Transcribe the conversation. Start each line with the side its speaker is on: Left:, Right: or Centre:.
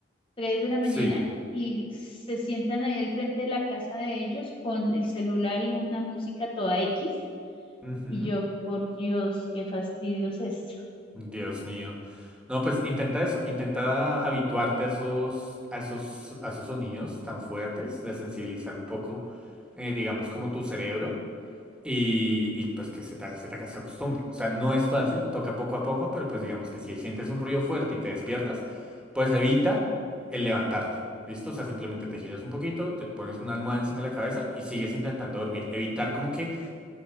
Left: tres de la mañana
Centre: Sí.
Left: y se sientan ahí al frente de la casa de ellos con el celular y una música toda X.
Centre: Ujú.
Left: Y yo, por Dios, qué fastidio es esto.
Centre: Dios mío. No, pues intenta eso, intenta habituarte a esos, a esos, a esos sonidos tan fuertes, de sensibilizar un poco, eh, digamos, como tu cerebro y, y, pues que se te, se te se acostumbre. O sea, no es fácil, toca poco a poco, pero pues digamos que si sientes un ruido fuerte y te despiertas, pues evita el levantarte. ¿Listo? O sea, simplemente te giras un poquito, te pones una almohada encima de la cabeza y sigues intentando dormir. Evitar como que